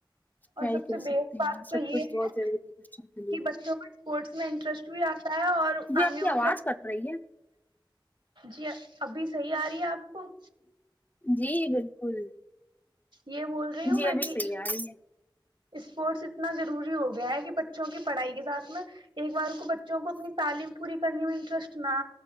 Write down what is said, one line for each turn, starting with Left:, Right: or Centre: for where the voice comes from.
Left: کیا
Right: اور
Left: ہی
Right: سب سے
Left: کہہ
Right: بے
Left: سکتے
Right: بات
Left: ہیں
Right: تو
Left: سب
Right: یہ
Left: کچھ بہت
Right: ہے
Left: ضروری بچوں کے لیے
Right: کہ بچوں کا اسپورٹس میں انٹرسٹ آ <unintelligible> تا اور
Left: جی
Right: آگے
Left: آپ کی
Right: ان
Left: آواز
Right: کا
Left: کٹ رہی
Right: جی ابھی صحیح آ رہی ہے آپ کو
Left: ہے جی بالکل
Right: یہ بول رہی ہوں
Left: جی
Right: میں
Left: ابھی
Right: کہ
Left: صحیح آ رہی ہے
Right: اسپورٹس نا روری ہو گیا ہے کہ بے بچوں کی پڑھائی کے ساتھ میں ایک بار کو بچوں کو اپنی تعلیم پوری کرنی میں انٹرسٹ نہ